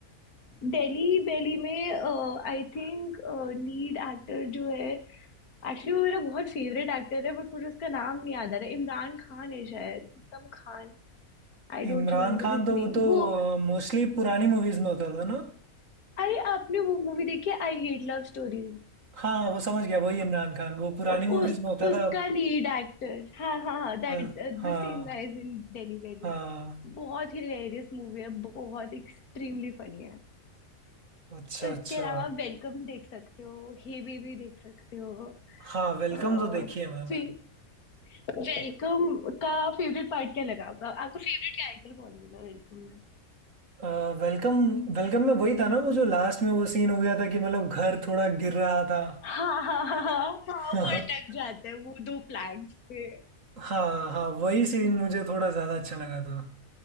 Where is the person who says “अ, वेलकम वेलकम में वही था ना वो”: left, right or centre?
Right